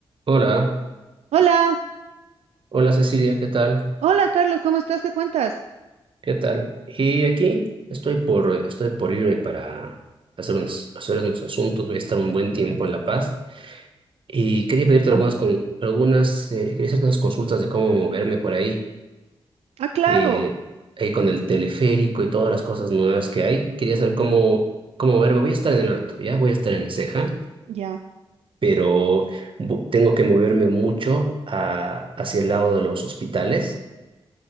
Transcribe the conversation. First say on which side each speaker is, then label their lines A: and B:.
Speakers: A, on the right; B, on the right.
A: Hola,
B: Hola,
A: hola Cecilia, ¿qué tal?
B: hola Carlos, ¿cómo estás? ¿Qué cuentas?
A: ¿Qué tal? Y aquí estoy por, estoy por irme para hacer unos, hacer unos asuntos, voy a estar un buen tiempo en La Paz y quería pedirte algunas, con- algunas, eh, quería hacerte unas consultas de cómo moverme por ahí,
B: Ah, claro,
A: eh, ahí con el teleférico y todas las cosas nuevas que hay. Quería saber cómo, cómo moverme. Voy a estar en el Alto, ¿ya? Voy a estar en La Ceja,
B: ya,
A: pero bu- tengo que moverme mucho a- hacia el lado de los hospitales